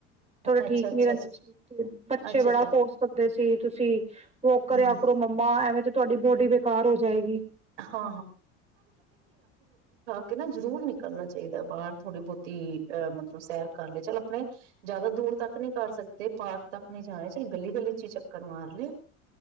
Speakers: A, on the right; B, on the right.
A: ਥੋੜੇ
B: ਅੱਛਾ
A: ਠੀਕ
B: ਅੱਛਾ
A: ਨੀ ਰਹਿੰਦੇ
B: ਅੱਛਾ
A: ਸੀ ਬੱਚੇ
B: ਅੱਛਾ
A: ਬੜਾ
B: ਅੱਛਾ
A: ਫੋਰਸ ਕਰਦੇ ਸੀ। ਤੁਸੀਂ ਵੋਕ ਕਰਿਆ
B: ਹਮ
A: ਕਰੋ ਮੰਮਾ ਐਵੇਂ ਤੇ ਤੁਹਾਡੀ ਬੋਡੀ ਬੇਕਾਰ ਹੋ ਜਾਏਗੀ।
B: ਹਾਂ ਤੇ ਨਾ ਜ਼ਰੂਰ ਨਿਕਲ ਕਰਨਾ ਚਾਹੀਦਾ ਬਾਹਰ ਥੋੜ੍ਹੀ ਬਹੁਤ ਤੀ ਅਹ ਮਤਲਬ ਸੈਰ ਕਰ ਲਏ, ਚੱਲ ਆਪਣੇ ਜ਼ਿਆਦਾ ਦੂਰ ਤੱਕ ਨਹੀਂ ਕਰ ਸਕਦੇ, ਪਾਰਕ ਤੱਕ ਨਹੀਂ ਜਾਯਾ, ਚੱਲ ਗਲੀ ਗਲੀ ਚ ਹੀ ਚੱਕਰ ਮਾਰ ਲਿਆ।